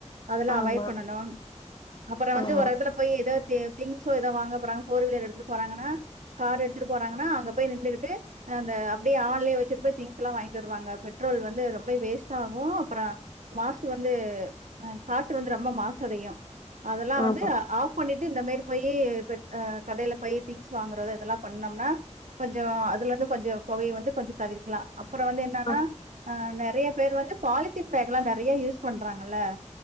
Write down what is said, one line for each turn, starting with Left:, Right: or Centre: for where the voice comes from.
Right: அதெல்லா
Left: ஆமா
Right: அவாய்ட் பண்ணனும் அப்புறோ வந்து
Left: ஆமா
Right: ஒரு எடத்துல போய் ஏதோ தே திங்சோ எதோ வாங்க போறாங்க போர் வீலர் எடுத்துட்டு போறாங்கனா கார் எடுத்துட்டு போறாங்கன்னா அங்க போய் நிண்டுகிட்டு அந்த அப்டியே ஆன்ளே வச்சிட்டு போய் திங்ஸ்லா வாங்கிட்டு வருவாங்க பெட்ரோல் வந்து ரொம்ப வேஸ்ட் ஆகு அப்புறா மாசு வந்து அ காற்று வந்து ரொம்ப மாசுஅடையு அதெல்லா
Left: ஆமா
Right: வந்து ஆஃப் கொண்ணீட்டு இந்த மேரி போயி பெட் அ கடைல போய் திங்ஸ் வாங்கறது இதெல்லா பண்ணொம்னா கொஞ்ஜொ அதுலருந்து கொஞ்ஜொ பொவைய வந்து கொஞ்ஜொ தவிர்க்கலா அப்பறோ வந்து என்னன்னா
Left: ஆ
Right: அ நெர நறைய பேரு வந்து பாலித்தீன் பேக்கல்லா நறைய யூஸ் பண்றாங்கல்ல